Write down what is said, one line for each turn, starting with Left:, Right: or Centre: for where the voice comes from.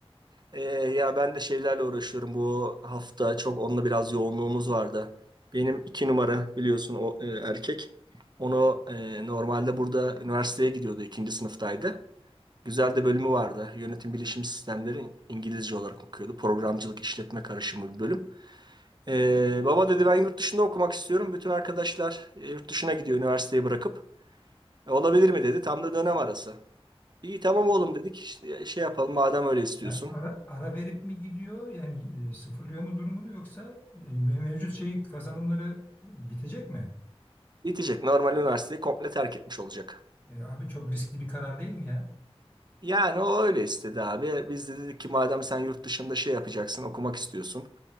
Right: Ee, ya ben de şeylerle uğraşıyorum. Bu hafta çok onunla biraz yoğunluğumuz vardı. Benim iki numara biliyorsun o e, erkek. Onu e, normalde burada üniversiteye gidiyordu. İkinci sınıftaydı. Güzel de bölümü vardı. Yönetim bilişim sistemleri İngilizce olarak okuyordu. Programcılık işletme karışımı bir bölüm. Ee, baba dedi ben yurt dışında okumak istiyorum. Bütün arkadaşlar e, yurt dışına gidiyor üniversiteyi bırakıp. E, olabilir mi dedi. Tam da dönem arası. İyi tamam oğlum dedik. İşte şey yapalım madem öyle istiyorsun.
Left: Ya ara, ara verip mi gidiyor yani e, sıfırlıyor mu durumunu yoksa e, me- mevcut şeyi kazanımları e, bitecek mi?
Right: Bitecek. Normal üniversiteyi komple terk etmiş olacak.
Left: E, abi çok riskli bir karar değil mi ya?
Right: Yani o öyle istedi abi. Biz de dedik ki madem sen yurt dışında şey yapacaksın, okumak istiyorsun.